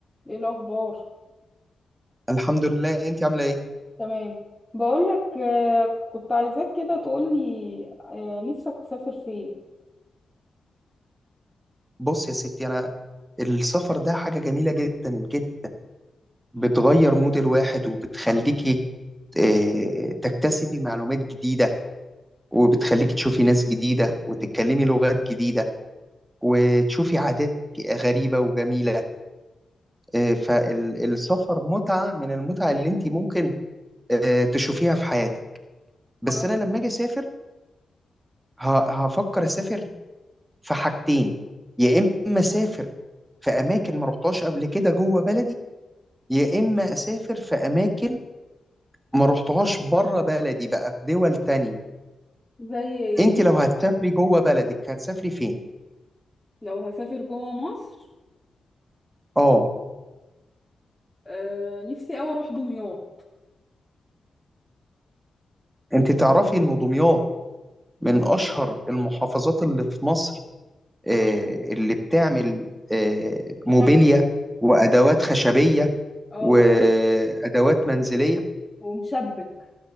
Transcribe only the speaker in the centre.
ايه الاخبار
تمام بقولك آه، كنت عايزاك كده تقولي آه، نفسك تسافر فين
اه
زي ايه
لو هسافر جوه مصر
آه نفسي اوي اروح دمياط
مشبع
اه
ومشبك